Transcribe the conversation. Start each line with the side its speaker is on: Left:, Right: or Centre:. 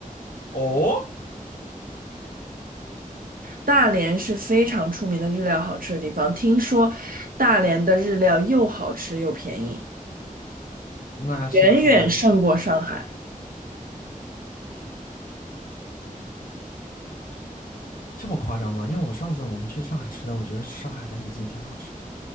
Left: 哦，
Right: 大连是非常出名的日料好吃的地方，听说大连的日料又好吃又便宜，
Left: 那是不是
Right: 远远胜过上海。
Left: 这么夸张吗？因为我上次我们去上海吃的，我觉得上海的已经挺好吃。